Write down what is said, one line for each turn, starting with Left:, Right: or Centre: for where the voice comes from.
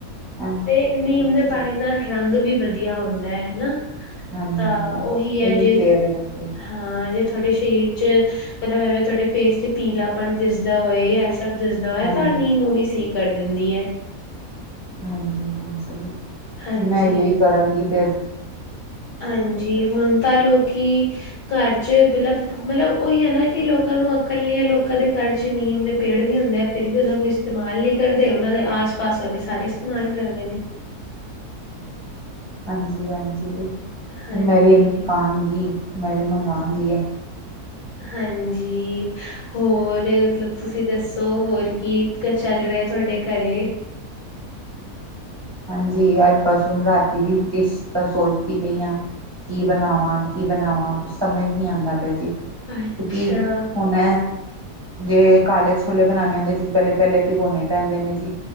Right: ਹਾਂਜੀ
Left: ਤੇ ਨੀਮ
Right: ਹਾਂਜੀ
Left: ਦੇ ਨਾਲ ਰੰਗ ਵੀ ਵਦੀਆ ਹੁੰਦਾ ਹਨਾ।
Right: ਹਾਂਜੀ
Left: ਤਾਂ ਉਹੀ ਹੈ
Right: ਇਨੂੰ
Left: ਜੇ
Right: ਵੀ ਫੇਰ ਲਗ ਗਯਾ।
Left: ਹਾਂ ਜੇ ਤੁਹਾਡੇ ਸਰੀਰ ਚ ਮਤਲਬ ਐਵੇਂ ਤੁਹਾਡੇ ਫੇਸ ਤੇ ਪੀਲਾਪਣ ਦਿਸਦਾ ਹੋਏ ਦਿਸਦਾ ਹੋਏ
Right: ਹਾਂਜੀ
Left: ਤਾਂ ਨੀਮ ਊਵੀ ਸਈ ਕਰ ਦਿੰਦੀ ਐ।
Right: ਹਾਂਜੀ-ਹਾਂਜੀ
Left: ਹਾਂਜੀ
Right: ਮੈਂ ਏਈਯੋ ਹੀ ਕਰਾਂਗੀ ਫੇਰ।
Left: ਹਂਜੀ ਹੁਨ ਤਾਂ ਲੋਕੀ ਘਰ ਚ ਮਲਬ-ਮਲਬ ਓਈਯੋ ਨਾ ਕਿ ਲੋਕਾਂ ਨੂੰ ਅਕਲ ਨੀ ਐ ਲੋਕਾਂ ਦੇ ਘਰ ਚੇ ਨੀਮ ਦੇ ਪੇੜ ਵੀ ਹੁੰਦੇ ਐ। ਫੇਰ ਵੀ ਉਹਦਾ ਕੋਈ ਇਸਤੇਮਾਲ ਨੀ ਕਰਦੇ ਉਹਨਾਂ ਦੇ ਆਸ ਪਾਸ ਵਾਲੇ ਸਾਰੇ ਇਸਤੇਮਾਲ ਕਰਦੇ ਨੇ।
Right: ਹਾਂਜੀ-ਹਾਂਜੀ
Left: ਹਾਂਜੀ
Right: ਮੈਂ ਵੀ ਇਹਨੂੰ ਕਾਂਗੀ ਮੈਂ ਵੀ ਮੰਗਾ ਗੀ ਐ।
Left: ਹਾਂਜੀ ਹੋਰ ਮਤਲਬ ਤੁਸੀਂ ਦੱਸੋ ਹੋਰ ਕੀ ਚੱਲ ਰਿਆ ਤੁਹਾਡੇ ਘਰੇ।
Right: ਹਾਂਜੀ ਅੱਜ ਬਸ ਹੁਨ ਰਾਤੀ ਦੀ ਡਿਸ਼ ਦਾ ਸੋਚਦੀ ਪਈ ਆ। ਕੀ ਬਨਾਵਾਂ, ਕੀ ਬਨਾਵਾਂ ਕੁਛ ਸਮਝ ਨੀ ਆਭਦਾ ਪਿਆ ਜੀ।
Left: ਅੱਛਾ
Right: ਕੀ ਹੁਨ ਜੇ ਕਾਲੇ ਛੋਲੇ ਬਨਾਨੇ ਹੁੰਦੇ ਜੀ ਪੇਲੇ-ਪੇਲੇ ਪਿਗੋਨੇ ਪੈਂਦੇ ਨੇ ਜੀ।